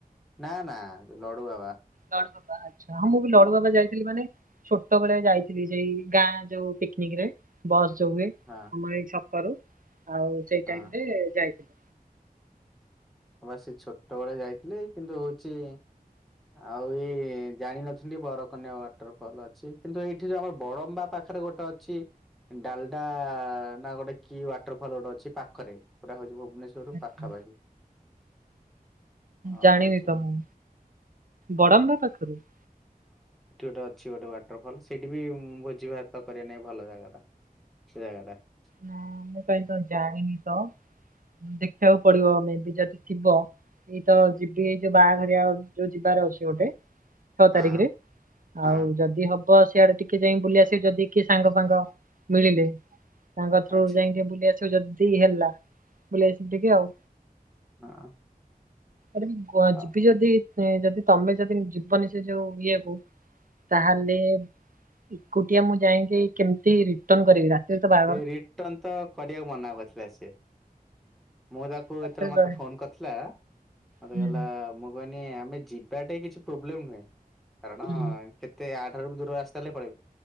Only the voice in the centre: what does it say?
ନା ନା ଲଡୁବାବା।
ହଁ
ହଁ
ମୁଁ ସେ ଛୋଟବେଳେ ଯାଇଥିଲି କିନ୍ତୁ ହଉଛି ଆଉ ଏଇ ଜାଣିିନଥିଲି ବରକନ୍ୟା ୱାଟରଫଲ୍ ଅଛି। କିନ୍ତୁ ଏଇଠି ଯୋଉ ଆମର ବଡମ୍ବା ପାଖ ପାଖରେ ଗୋଟେ ଅଛି। ଡାଲଡା ନା ଗୋଟେ କି ୱାଟରଫଲ୍ ଗୋଟେ ଅଛି ପାଖରେ ପୁରା ହଉଛି ଭୁବନେଶ୍ଵର। ରୁ
ପାଖାପାଖି। ଆଉ
ହଉଛି
ତ ଅଛି ଗୋଟେ ୱାଟରଫଲ୍। ସେଇଠି ବି ଭୋଜି ଭାତ କରିବା ନେଇଁ ଭଲ ଜାଗାଟା ସେ ଜାଗାଟା। ସେ ଜାଗାଟା
ହଁ
ହଁ
ଆଚ୍ଛା
ହଁ।
ଆଉ
ସେ ରିଟର୍ନ ତ କରିବାକୁ ମନା କରିଥିଲା ସେ। ମୁଁ ତାକୁ ଯେତେବେଳେ
ମତେ
ଫୋନ କରିଥିଲା ମତେ
କହିଲା ମୁଁ କ ଆମେ ଯିବାଟ କି ପ୍ରୋବଲେମ ନାହିଁ କାରଣ
କେତେ ଦୂର ରାସ୍ତା ହେଲେ ପଳେଇବି